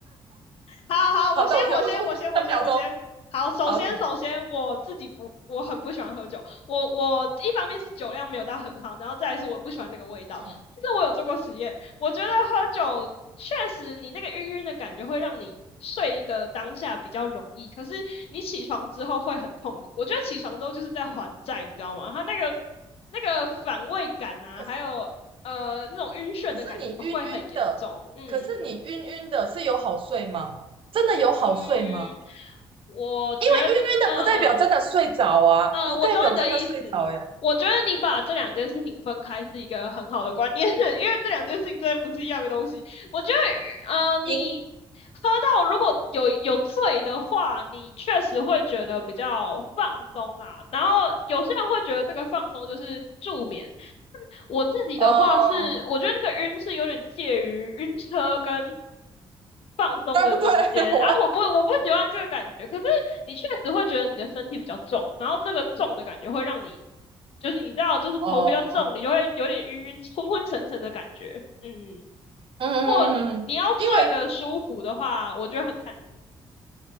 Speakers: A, on the left; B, on the right.
A: 好好，我先，
B: 好的，我觉得我就三秒钟，
A: 我先，我先，我先，我先。好，首先，
B: 很
A: 首先我自己不，我很不喜欢喝酒。我我一方面是酒量没有到很好，然后再来是我不喜欢那个味道。
B: 嗯，
A: 但是我有做过实验，我觉得喝酒确实你那个晕晕的感觉会让你睡的当下比较容易，可是你起床之后会很痛苦。我觉得起床之后就是在还债，你知道吗？他那个那个反胃感啊，
B: 可是
A: 还有呃那种晕眩的感觉会很严重。
B: 可是你晕晕的，
A: 嗯，
B: 可是你晕晕的是有好睡吗？真的有好睡吗？
A: 嗯，我觉得嗯嗯
B: 因为晕晕的不代表真的睡着啊，
A: 嗯，
B: 不代表真的睡着耶。
A: 我懂你的意思。我觉得你把这两件事情分开是一个很好的观念，<laughs> 因为这两件事情真的不是一样的东西。我觉得，呃，你
B: 因
A: 喝到如果有有醉的话，你确实会觉得比较放松啦。然后有些人会觉得这个放松就是助眠，我自己的话是，
B: 哦，
A: 我觉得那个晕是有点介于晕车跟放松的中间啊，
B: 对不对？<laughs> 我
A: 我不我不喜欢这个感觉，可是你确实会觉得你的身体比较重，然后这个重的感觉会让你就是你知道就是头比较重，
B: 哦，
A: 你就会有点晕晕昏昏沉沉的感觉。嗯，
B: 嗯嗯嗯，
A: 如果你要睡得舒服的话，
B: 嗯因为
A: 我觉得很看。